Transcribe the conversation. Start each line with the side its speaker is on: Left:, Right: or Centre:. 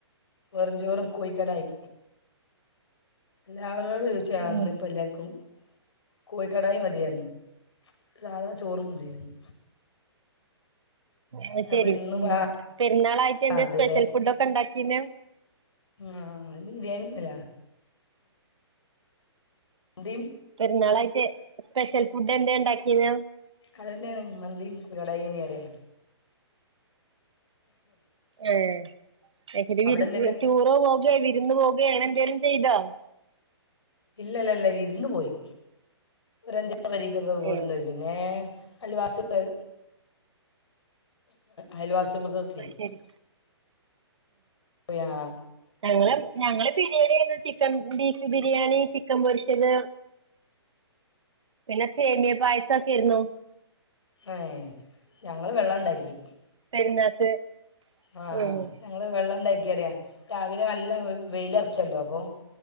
Left: വെറുഞ്ചോറും കോഴിക്കടായി. എല്ലാവരോടും ചോയ്ച്ച
Right: ഉം
Left: ഇന്ന് ഇപ്പ എല്ലാവർക്കും. കോയിക്കടായി മതി യെന്നു സാധാ ചോറും മതിയെന്നു.
Right: അത്
Left: അപ്പോൾ
Right: ശെരി
Left: ഇന്ന്
Right: ഉം.
Left: ആ
Right: പെരുന്നാളായിട്ട് എന്ത‌
Left: അതെ
Right: സ്പെഷ്യൽ ഫുഡ്‌ ഒക്കെ ഉണ്ടാക്കീന്നെ?
Left: ആഹ് ബിരിയാണിന്നെ മന്തിം.
Right: പെരുന്നാളായിട്ട് സ്പെഷ്യൽ ഫുഡ് എന്തേ ഉണ്ടാക്കിന?
Left: അത് തന്നെയാണ് മന്തിയും കോഴികടായി തന്നെ പറിയാ
Right: ആഹ് അത്ശരി
Left: എന്തുണ്ടായി
Right: ടുറോ പോകയോ വിരുന്ന് പോകയോ എന്തെങ്കലിലും ചെയ്തോ?
Left: ഇല്ലല്ലല്ല വിരുന്ന് പോയി ഒരഞ്ചറ് പരിക്ക്ഒക്കെ കൂടുന്ന
Right: ഏഹ്
Left: പോയി ഏഹ് അയൽവാസികൾ അയൽവാസികൾക്കൊക്കെയ്.
Right: ഉം ശരി.
Left: <unintelligible>
Right: ഞങ്ങള് ഞങ്ങള് ബിരിയാണിരുന്നു ചിക്കൻ ബീഫ് ബിരിയാണി ചിക്കൻ പൊരിച്ചത്. പിന്നെ സേമിയ പായസൊക്കെ ആയിരുന്നു.
Left: ആഹ് ഞങ്ങൾ വെള്ളം ഉണ്ടാക്കി.
Right: പെരുന്നാക്ക്.
Left: ആഹ്
Right: ഉം
Left: ഞങ്ങള് വെള്ളം ഉണ്ടാക്കി പറിയാം രാവിലെ നല്ല വെയിലറച്ചല്ലോ അപ്പൊ